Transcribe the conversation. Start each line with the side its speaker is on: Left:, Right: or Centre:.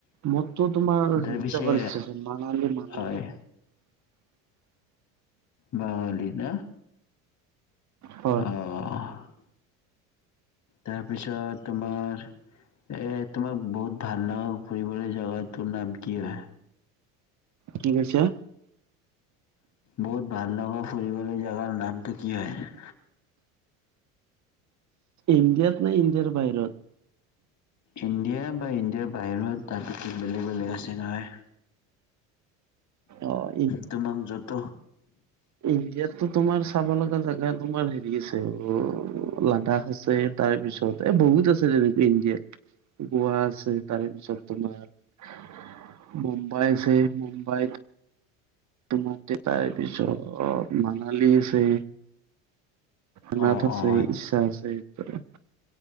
Right: মোৰতো তোমাৰ
Left: তাৰপিছে
Right: হেৰি যাবাৰ ইচ্ছা আছে, মানালী মানালী।
Left: হয় বওলি ন
Right: হয়।
Left: অ' তাৰপিছত তোমাৰ। এই তোমাক বহুত ভাল লগা ফুৰিবলৈ জেগা তোৰ নাম কি হয়?
Right: কি কৈছে?
Left: বহুত ভাল লগা ফুৰিবলৈ জাগাৰ নামটো কি হয়?
Right: ইণ্ডিয়াতনে, ইণ্ডিয়াৰ বাহিৰত?
Left: ইণ্ডিয়া বা ইণ্ডিয়াৰ বাহিৰত তাৰ বিশেষ বেলেগ বেলেগ আছে নহয়।
Right: অ',
Left: তোমাক য'ত
Right: ইণ্ডিয়াতো তোমাৰ চাব লগা জেগা তোমাৰ হেৰি আছে অহ লাডাচ হৈছে তাৰপিছত এ বহুত আছে তেনেকুৱা ইণ্ডিয়াত। গোৱা আছে, তাৰেপিছত তোমাৰ মুম্বাই আছে,, মুম্বাইত তোমাৰ তে' তাৰপিছত মানালী আছে। অনাথ
Left: অ'
Right: আছে,
Left: অ'
Right: ইচ্ছা আছে, একবাৰে।